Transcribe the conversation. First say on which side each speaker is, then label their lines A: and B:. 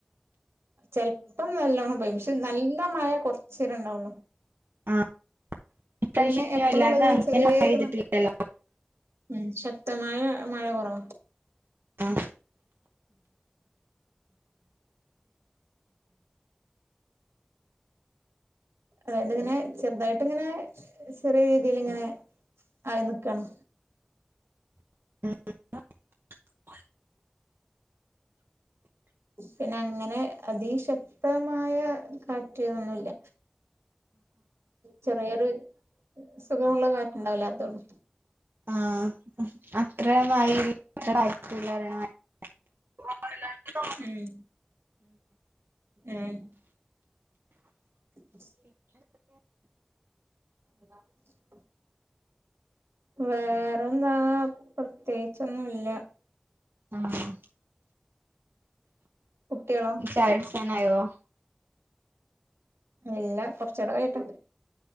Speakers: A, on the right (about 80°); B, on the right (about 60°).
A: ചെലപ്പോ നല്ലോണം പെയ്യും. പക്ഷെ നല്ല മഴ കൊറച്ചേരം ഇണ്ടാവൊള്ളു.
B: ആഹ് ഇപ്രാവശ്യം
A: ഇങ്ങനെ എപ്പോഴുള്ള
B: വല്ലാതെ
A: ഇങ്ങനെ
B: അങ്ങനെ
A: ചെറിയേ
B: മഴ പെയ്തിട്ടില്ലല്ലോ
A: ഒരു മ ഉം ശക്തമായ മഴ കുറവാ.
B: ആ
A: അതായത് ഇങ്ങനെ ചെറുതായിട്ട് ഇങ്ങനെ ചെറിയ രീതിൽ ഇങ്ങനെ ആയി നിക്കാണ്.
B: <inaudible>
A: പിന്നെ അങ്ങനെ അതി ശക്തമായ കാറ്റ് ഒന്നുല്ല. ചെറിയൊരു സുഖമുള്ള കാറ്റുണ്ടാവില്ലെ അതൊള്ളൂ.
B: ആ അത്രമാ <inaudible>
A: ഉം ഉം <inaudible> <inaudible> വേറെന്താ പ്രത്യേകിച്ചൊന്നുല്ല്യ.
B: ആം
A: കുട്ടികളോ
B: യ്യ് ചായൊട്ച്ചാനായോ?
A: ഇല്ല കൊറച്ചൂടെ കയ്യട്ടെ.